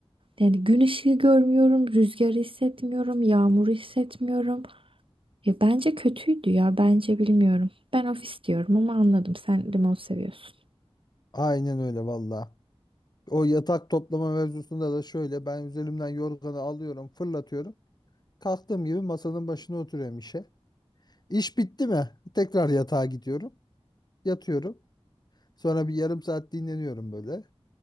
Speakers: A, on the right; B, on the left.
A: Yani gün ışığı görmüyorum, rüzgarı hissetmiyorum, yağmuru hissetmiyorum. Ya bence kötüydü ya bence bilmiyorum. Ben ofis diyorum ama anladım sen remote seviyorsun.
B: aynen öyle valla. O yatak toplama mevzusunda da şöyle ben üzerimden yorganı alıyorum fırlatıyorum. Kalktığım gibi masanın başına oturuyorum işe. İş bitti mi tekrar yatağa gidiyorum. Yatıyorum. Sonra bir yarım saat dinleniyorum böyle.